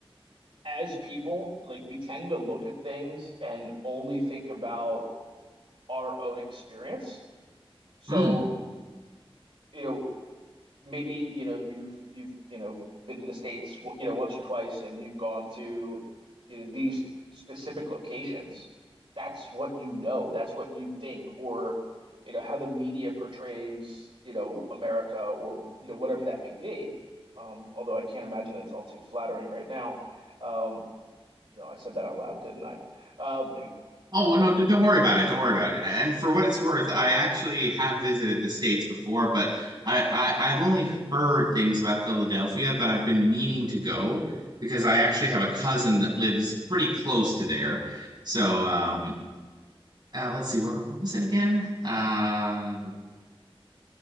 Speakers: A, on the right; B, on the right.
A: as people, like we tend to look at things and only think about our own experience. So,
B: Mm.
A: you know, maybe you know you've you've you know been to the States you know once or twice and you've gone to you know these specific locations. That's what you know. That's what you think, or you know how the media portrays you know America or you know whatever that may be. Um, although I can't imagine it's all too flattering right now. Um, no, I said that out loud, didn't I? Um,
B: Oh, no, d- don't worry about it. Don't worry about it. And for what it's worth, I actually have visited the States before, but I, I I've only heard things about Philadelphia, but I've been meaning to go because I actually have a cousin that lives pretty close to there. So, um, uh, let's see, where what was it again? Uh,